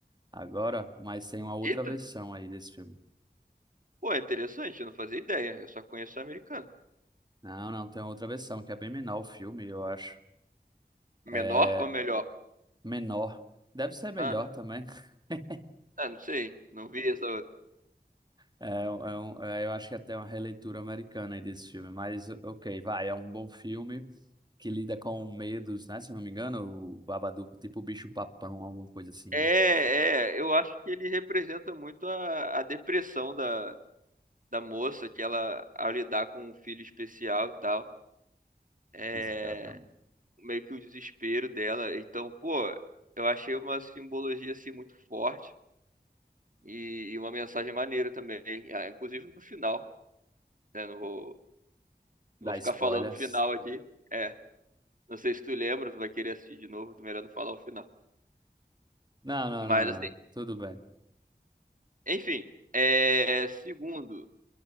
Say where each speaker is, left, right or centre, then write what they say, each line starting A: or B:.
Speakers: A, on the right; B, on the right.
A: agora, mas tem uma outra
B: Eita!
A: versão aí desse filme.
B: Pô, é interessante, eu não fazia ideia. Eu só conheço o americano.
A: Não, não, tem outra versão, que é bem menor o filme, eu acho.
B: Menor
A: É
B: ou melhor?
A: menor. Deve ser melhor
B: Ah,
A: também. <laughs>
B: ah, não sei. Não vi essa outra.
A: É, é um- é, um, é, eu acho que até uma releitura americana aí desse filme, mas ok, vai, é um bom filme que lida com medos, né? Se eu não me engano, o Babadook, tipo o bicho papão, alguma coisa assim, né?
B: É, é, eu acho que ele representa muito a, a depressão da, da moça, que ela, ao lidar com um filho especial e tal, é
A: Exatamente.
B: meio que o desespero dela. Então, pô, eu achei uma simbologia assim muito forte. e, e uma mensagem maneira também, ah, inclusive no final, né? Não vou,
A: Dá
B: não vou ficar
A: spoilers.
B: falando o final aqui. Olha. É, não sei se tu lembra, tu vai querer assistir de novo, tu melhor não falar o final.
A: Não, não,
B: Mas
A: não,
B: assim,
A: não. Tudo bem.
B: enfim, é, segundo,